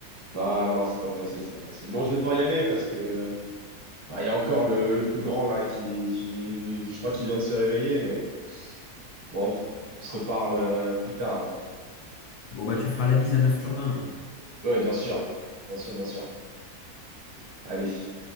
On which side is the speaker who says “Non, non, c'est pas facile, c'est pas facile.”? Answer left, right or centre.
Right